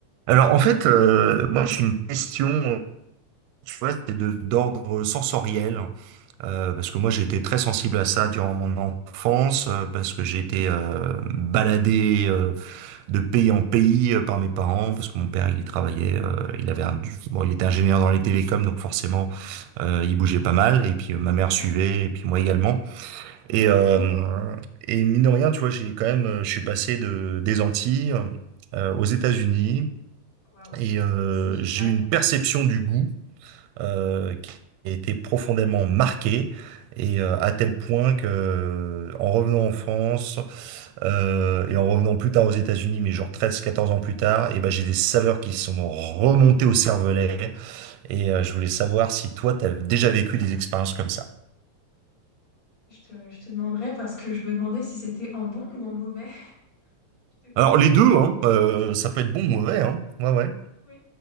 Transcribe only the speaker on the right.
Alors en fait, euh, moi j'ai une question, tu vois, c'est de d'ordre sensoriel, euh, parce que moi j'ai été très sensible à ça durant mon enfance, euh, parce que j'ai été euh, baladé euh, de pays en pays euh, par mes parents, parce que mon père il y travaillait, euh, il avait un, bon, il était ingénieur dans les télécoms, donc forcément euh, il bougeait pas mal, et puis euh, ma
mère suivait, et puis moi également,
et euh,
et mine de rien, tu vois, j'ai quand même, euh, je suis passé de des Antilles euh, aux États-Unis.
Et euh,
j'ai une perception du goût euh, qui a été profondément marquée, et euh, à tel point que, en revenant en France euh, et en revenant plus tard aux États-Unis, mais genre treize, quatorze ans plus tard, et ben j'ai des saveurs qui sont remontées au cervelet. Et euh, je voulais savoir si toi, tu as déjà vécu des expériences comme ça.
Alors les deux, hein, euh,
ça
peut être bon ou mauvais, hein. Ouais, ouais.